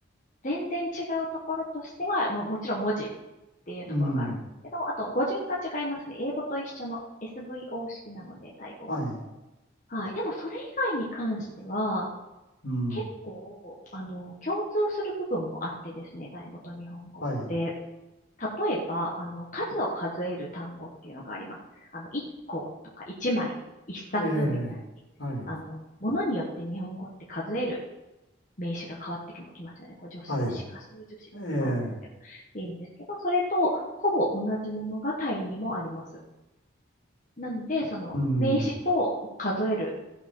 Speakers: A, on the left; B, on the left.
A: 全然違うところとしては、も、もちろん文字っていうところがあるんですけど、
B: うん。
A: あと語順が違いますね。英語と一緒の SVO 式なので、タイ語は。
B: はい。
A: はい。でも、それ以外に関しては、
B: うん。
A: 結構、あの、共通する部分もあってですね、タイ語と日本語って。
B: はい。
A: 例えば、あの、数を数える単語っていうのがあります。あの、1個とか1枚、1冊みたいに、
B: ええ。はい。
A: あの、ものによって日本語って数える名詞が変わってきますよね。これ、助数詞か数助詞だったか忘れたけど、
B: はい。ええ。
A: っていうんですけど、それとほぼ同じものが単位にもあります。なので、その名詞と数える、
B: うん。